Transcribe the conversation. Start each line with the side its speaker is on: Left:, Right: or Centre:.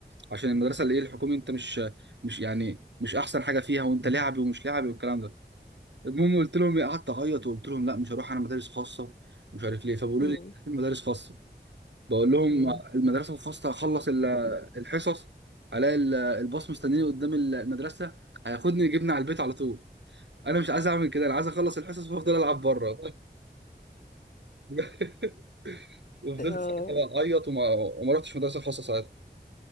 Right: عشان المدرسه اللي ايه الحكومي انت مش مش يعني مش احسن حاجه فيها وانت لعبي ومش لعبي والكلام ده المهم قلت لهم إيه، قعدت اعيط وقلت لهم لا مش هروح انا مدارس خاصه مش عارف ليه فبيقولوا
Left: مم.
Right: لي في مدارس خاصه بقول لهم
Left: مم.
Right: المدرسه الخاصه هخلص ال- الحصص الاقي ال- الباص مستنيني قدام ال- المدرسه هياخدني يجيبني على البيت على طول انا مش عايز اعمل كده انا عايز اخلص الحصص وافضل العب بره <laughs> وفضلت
Left: آه
Right: ساعتها بقى اعيط وما وما رحتش مدرسه خاصه ساعتها